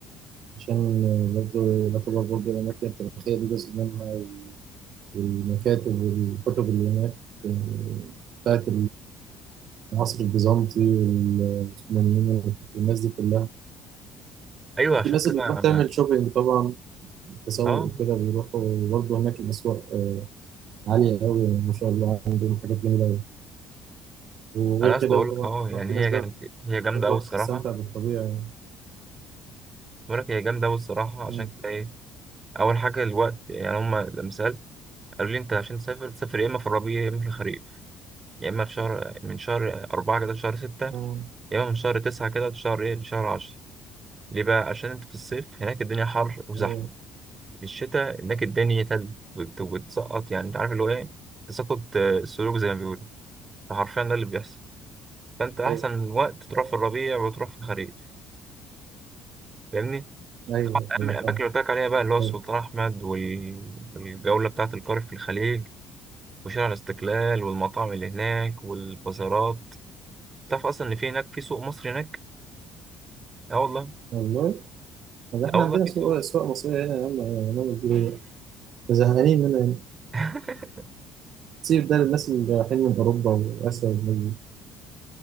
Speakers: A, on the right; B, on the right.
A: عشان برضه يعتبر برضه الأماكن التاريخية دي جزء منها والمكاتب والكتب اللي هناك آه، بتاعت العصر البيزنطي والعثمانيين والناس دي كلها
B: ايوه
A: وفي
B: عشان
A: ناس
B: كده
A: اللي بتروح
B: انا
A: تعمل شوبينج طبعا تسوق
B: اه
A: وكده بيروحوا برضه هناك الأسواق آه، عالية قوي ما شاء الله عندهم حاجات جميلة قوي وغير
B: انا اصلا
A: كده
B: بقول لك
A: طبعا
B: اهو يعني
A: في
B: هي
A: ناس بقى
B: كانت هي جامده
A: بتروح
B: قوي الصراحه
A: تستمتع بالطبيعة
B: بقول لك هي جامده قوي الصراحه عشان
A: مم.
B: كده ايه اول حاجه الوقت يعني هم لما سالت قالوا لي انت عشان تسافر تسافر يا اما في الربيع يا اما في الخريف يا اما في شهر من شهر أربعة كده لشهر ستة
A: مم.
B: يا اما من شهر تسعة كده لشهر ايه لشهر عشرة ليه بقى عشان انت في الصيف هناك الدنيا حر وزحمه
A: أيوه
B: في الشتاء هناك الدنيا تلج وت- وتسقط يعني انت عارف اللي هو ايه تساقط آه، السلوك زي ما بيقولوا فحرفيا ده اللي بيحصل فانت احسن
A: أيوه
B: وقت تروح في الربيع وتروح في الخريف فاهمني
A: أيوه
B: طبعا اهم
A: أيوه
B: الاماكن
A: فاهم
B: اللي قلت لك عليها بقى اللي هو السلطان
A: أيوه.
B: احمد وال- والجوله بتاعه القارب في الخليج وشارع الاستقلال والمطاعم اللي هناك والبازارات تعرف اصلا ان في هناك في سوق مصري هناك اه والله
A: والله طب احنا
B: اه والله
A: عندنا
B: في
A: سوق
B: سوق مصري
A: أسواق مصرية هنا يا عم هنعمل فيها إيه؟ زهقانين منها هنا
B: <laughs>
A: سيب ده للناس اللي رايحين من أوروبا وآسيا والناس دي